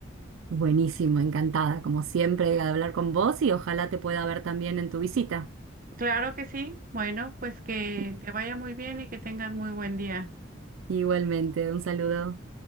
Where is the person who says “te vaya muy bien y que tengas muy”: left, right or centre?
Right